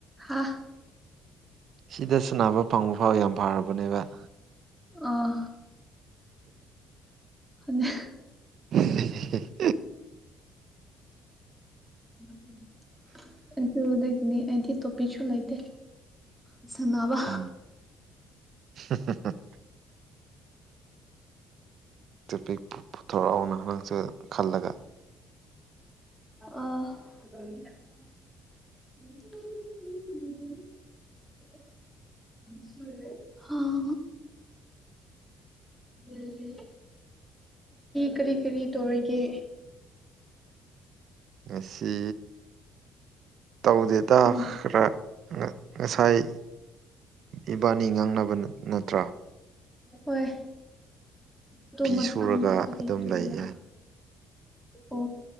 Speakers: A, in the centre; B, on the right.
A: ꯍꯥ
B: ꯁꯤꯗ ꯁꯥꯟꯅꯕ ꯐꯪꯕ ꯐꯥꯎ ꯌꯥꯝ ꯐꯔꯕꯅꯦꯕ
A: ꯑꯥ ꯑꯗꯨ
B: <unintelligible> <unintelligible>
A: <unintelligible> ꯑꯗꯨꯗꯒꯤꯅꯤ ꯑꯩꯗꯤ ꯇꯣꯄꯤꯛꯁꯨ ꯂꯩꯇꯦ ꯁꯥꯟꯅꯕ
B: ꯎꯝ <unintelligible> ꯇꯣꯄꯤꯛꯄꯨ ꯄꯨꯊꯣꯛꯔꯛꯎꯅꯥ ꯅꯪꯁꯨ ꯈꯜꯂꯒ
A: ꯑꯥ <unintelligible> <unintelligible> ꯍꯥ <unintelligible> ꯉꯥꯁꯤ ꯀꯔꯤ ꯀꯔꯤ ꯇꯧꯔꯤꯒꯦ
B: ꯉꯥꯁꯤ ꯇꯧꯗꯦꯇꯥ
A: ꯍꯣꯏ
B: ꯈꯔꯥ ꯉꯁꯥꯏ ꯏꯕꯥꯅꯤ ꯉꯥꯡꯅꯕ ꯅꯠꯇ꯭ꯔꯥ
A: ꯍꯣꯏ ꯑꯗꯨ
B: ꯐꯤ
A: ꯃꯇꯝꯗ
B: ꯁꯨꯔꯒ
A: ꯀꯔꯤ
B: ꯑꯗꯨꯝ
A: ꯇꯧꯕ꯭ꯔꯥ
B: ꯂꯩꯌꯦ
A: ꯑꯣ